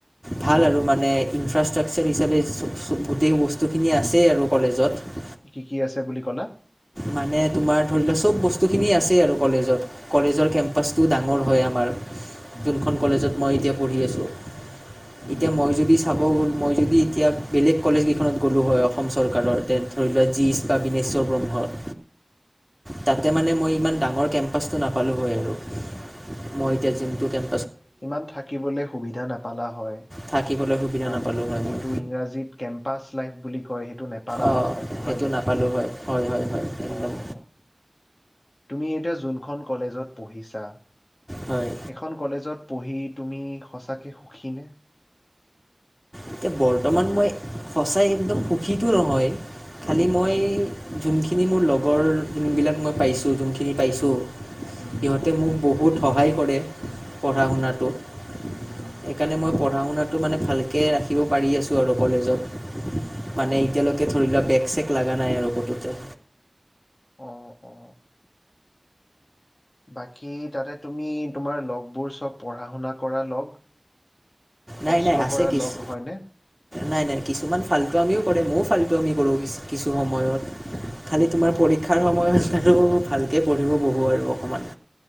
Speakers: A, in the centre; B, on the left.
A: ভাল আৰু মানে ইনফ্ৰাষ্ট্ৰাকচাৰ হিচাপে চ-গোটেই বস্তুখিনি আছে আৰু কলেজত।
B: কি কি আছে বুলি ক'লা?
A: মানে তোমাৰ ধৰি লোৱা চব বস্তুখিনি আছেই আৰু কলেজত। কলেজৰ
B: উম
A: কেম্পাচটো ডাঙ মোৰ হয় আমাৰ
B: উম
A: যোনখন কলেজত মই এতিয়া পঢ়ি আছোঁ
B: উম
A: এতিয়া মই যদি চাব গ মই যদি এতিয়া বেলেগ কলেজ কেইখনত গ'লোঁ হয়, অসম চৰকাৰৰ তে ধৰি লোৱা জীচ, কাবিনেশ্বৰ, ব্ৰহ্মত তাতে মানে মই ইমান ডাঙৰ কেম্পাচটো নাপালোঁ হয় আৰু। মই
B: উম
A: এতিয়া যোনটো কেম
B: সিমান থাকিবলৈ সুবিধা নাপালা হয়।
A: থাকিবলৈ সুবিধা
B: মান-যিটো
A: নাপালোঁ হয় মই
B: ইংৰাজীত কেম্পাচ লাইফ বুলি কয় সেইটো নেপালা
A: অঁ
B: হয় ছাগে,
A: সেইটো
B: হয়নে?
A: নাপালোঁ হয় হয় হয় হয় একদম
B: অ'। তুমি এতিয়া যোনখন কলেজত পঢ়িছা
A: হয়
B: সেইখন কলেজত পঢ়ি তুমি সঁচাকে সুখী নে?
A: এতিয়া বৰ্তমান মই সঁচাই একদম সুখীতো নহয় খালি মই যোনখিনি মোৰ লগৰ যোনবিলাক মই পাইছো যোনখিনি পাইছো
B: উম
A: সিহঁতে মোক বহু বহুত সহায় কৰে পঢ়া শুনাটোত
B: উম
A: সেইকাৰণে মই পঢ়া শুনাত ৰাখিব পাৰি আছো আৰু কলেজত মানে
B: অ
A: এতিয়ালৈকে ধৰি লোৱা বেগ চেক লাগা নাই আৰু কতোতে
B: অ অ বাকী তাতে তুমি তোমাৰ লগবোৰ চব পঢ়া শুনা কৰা লগ
A: নাই
B: কষ্ট
A: নাই আছে
B: কৰা
A: কিছু
B: লগ হয়নে?
A: নাই - নাই কিছুমান ফাল্টু আমিও কৰে ময়ো ফাল্টু আমি কৰো কিছু সময়ত খালি
B: উম
A: তোমাৰ পৰীক্ষাৰ সময়ত আৰু ভালকে পঢ়িব বহো আৰু অকমান